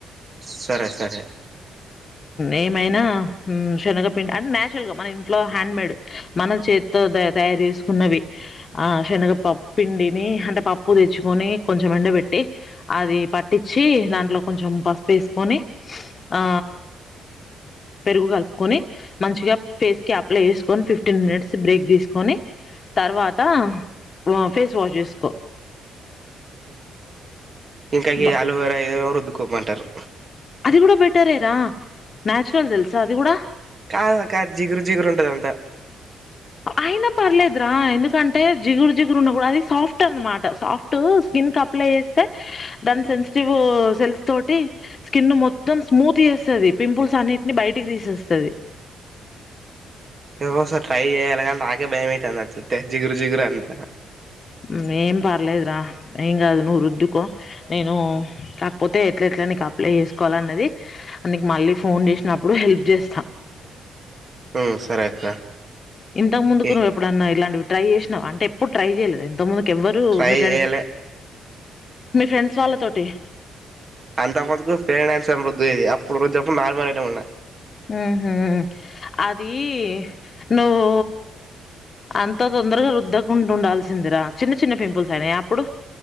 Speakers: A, on the right (about 40°); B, on the left (about 40°).
A: సరే సరే
B: ఏమైనా శనగ అంటే నేచురల్గా మన ఇంట్లో హ్యాండ్ మేడ్ మనం చేతితో తయారు చేసుకున్నవి ఆ శనగప పిండిని అంటే పప్పు తెచ్చుకొని కొంచెం ఎండ పెట్టి అది పట్టించి దాంట్లో కొంచెం పసుపు వేసుకొని ఆ పెరుగు కలుపుకొని మంచిగా ఫేస్ క్యాప్లో వేసుకొని ఫిఫ్టీన్ మినిట్స్ బ్రేక్ తీసుకొని తర్వాత ఆ ఫేస్ వాష్ చేసుకో
A: హు మ్మ్ ఇంకా గీ
B: బ
A: ఆలువేర ఏదో రుద్ ద్దుక్కోమంటారు హ్
B: అది కూడా బెటరేరా న్యాచురల్ తెలుసా అది కూడా
A: కాదు కాదు జిగురు జిగురు ఉంటది అంతా
B: అయినా పర్లేదురా ఎందుకంటే, జిగురు జిగురు ఉన్నా కూడా అది సాఫ్ట్ అనమాట, సాఫ్ట్ స్కిన్ క అప్లై చేస్తే దాని సెన్సిటివ్ సెల్స్ తోటి స్కిన్ మొత్తం స్మూత్ చేస్తది. పింపుల్స్ అన్నిటిని బయటికి తీసేస్తది.
A: ఏమో ఒసారి ట్రై చేయ్యలా కాన్ నాకే భయమైతంది. అది జూత్తే జిగురు జిగురు అంత
B: మ్మ్ ఏం పర్లేదురా ఏం కాదు. నువ్వు రుద్దుకో నేను కాకపోతే, ఎట్లా ఎట్లా నీకు అప్లై చేసుకోవాల అన్నది. నీకు మళ్ళీ ఫోన్ చేసినప్పుడు హెల్ప్ చేస్తా.
A: హు మ్మ్ సరే అక్క
B: ఇంతకు ముందుకు
A: ఏ
B: నువ్వు ఎప్పుడన్నా ఇలాంటివి ట్రై చేసినావ్ అంటే ఎప్పుడు ట్రై చేయలేద ఎంతముందికి కేవ్వరు
A: ట్రై
B: మీ ఫ్రెండ్స్
A: చేయాలే
B: మీ ఫ్రెండ్స్ వాళ్ళ తోటి
A: అంత ముందుకు <unintelligible> అప్పుడు రుద్దెప్పుడు నార్మల్ అ వెటమ్ ఉన్డా
B: హు మ్మ్ ఉ ఉ అది నువ్వు అంత తొందరగా రుద్దకుండా ఉండాల్సిందిరా, చిన్న చిన్న పింపుల్స్ అయినాయి అప్పుడు